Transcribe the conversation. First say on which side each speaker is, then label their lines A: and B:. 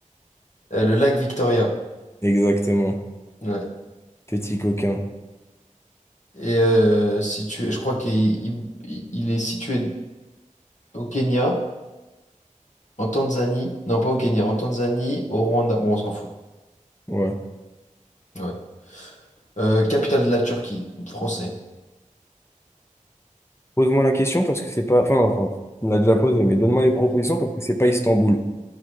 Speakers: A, on the left; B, on the left.
A: Euh, le lac Victoria.
B: Exactement.
A: Ouais.
B: Petit coquin.
A: Et euh, situé, je crois qu'il il- il- il est situé au Kenya, en Tanzanie. Non, pas au Kenya, en Tanzanie, au Rwanda. Bon, on s'en fout.
B: Ouais.
A: Ouais. Euh, capitale de la Turquie, français.
B: Pose-moi la question parce que c'est pas. Enfin, enfin, tu me l'as déjà posé, mais donne-moi les propositions parce que c'est pas Istanbul.